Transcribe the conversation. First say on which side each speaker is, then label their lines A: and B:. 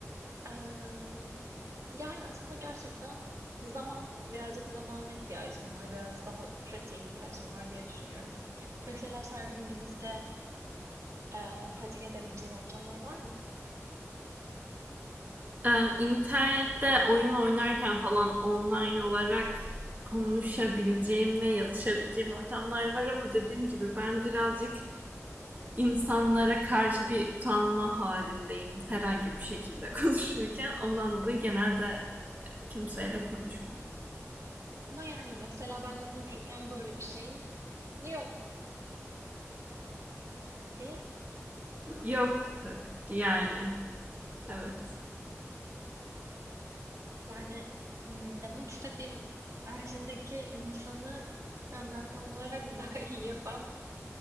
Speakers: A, on the right (about 70°); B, on the right (about 35°).
A: Emm, yani, aslında gerçekten zaman, birazcık zamana ihtiyacım var, biraz daha pratiğe ihtiyacım var diye düşünüyorum. Mesela sen İngilizce, eee, pratik edebileceğin ortamlar var mı?
B: Ee, internette oyun oynarken falan online olarak konuşabileceğim ve yazışabileceğim ortamlar var ama dediğim gibi ben birazcık insanlara karşı bir utanma halindeyim herhangi bir şekilde <laughs> konuşurken. Ondan dolayı genelde kimseyle konuşmuyorum.
A: Ama, yani, mesela benle konuşurken böyle bir şeyin yok, değil mi?
B: Yok tabii yani evet.
A: Yani, ımm, demek istediğim karşındaki insanı senden tam olarak <laughs> daha iyi yapan